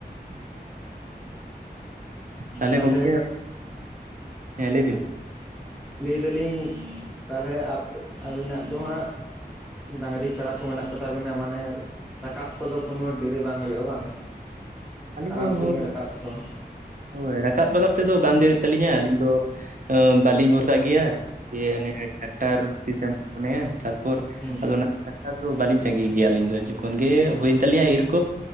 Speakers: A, on the right; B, in the centre.
A: ᱛᱟᱦᱚᱞᱮ
B: ᱛᱟᱞᱦᱮ
A: ᱜᱚᱝᱠᱮ ᱦᱮᱸ ᱞᱟᱹᱭ ᱵᱤᱱ
B: ᱞᱟᱹᱭ ᱫᱟᱞᱤᱧ ᱛᱟᱞᱦᱮ ᱟᱯᱮ ᱟᱹᱵᱤᱱᱟᱜ ᱫᱚ ᱦᱟᱸᱜ ᱰᱟᱝᱨᱤ ᱠᱟᱲᱟ ᱠᱚ ᱢᱮᱱᱟᱜ ᱠᱚ ᱛᱟᱵᱤᱱᱟ ᱢᱟᱱᱮ ᱨᱟᱠᱟᱵ ᱠᱚᱫᱚ ᱠᱳᱱᱳ ᱰᱮᱨᱤ ᱵᱟᱝ ᱦᱳᱭᱳᱜᱼᱟ ᱵᱟᱝ?
A: ᱟᱹᱞᱤᱧ
B: ᱟᱨᱟᱢ
A: ᱫᱚ
B: ᱥᱮᱵᱤᱱ
A: ᱦᱳᱭ
B: ᱨᱟᱠᱟᱵ ᱠᱚᱣᱟ᱾
A: ᱦᱳᱭ ᱨᱟᱠᱟᱵ ᱵᱟᱠᱟᱵ ᱛᱮᱫᱚ ᱵᱟᱝ ᱫᱮᱨᱤᱜ ᱛᱟᱹᱞᱤᱧᱟ ᱟᱹᱞᱤᱧ ᱫᱚ ᱵᱟᱹᱞᱤᱧ ᱵᱷᱚᱨᱥᱟᱜ ᱜᱮᱭᱟ ᱫᱤᱭᱮ ᱚᱱᱮ ᱴᱨᱟᱠᱴᱟᱨ ᱛᱤᱥ ᱮᱢ ᱯᱷᱳᱱ ᱟᱭᱟ ᱛᱟᱨᱯᱚᱨ
B: ᱦᱩᱸ
A: ᱟᱫᱚ ᱚᱱᱟ ᱴᱟᱠᱴᱟᱨ ᱫᱚ ᱵᱟᱹᱞᱤᱧ ᱛᱟᱸᱜᱤ ᱜᱮᱭᱟ ᱟᱹᱞᱤᱧ ᱫᱚ ᱡᱚᱠᱷᱚᱱ ᱜᱮ ᱦᱳᱭ ᱮᱱ ᱛᱟᱞᱮᱭᱟ ᱤᱨ ᱠᱚ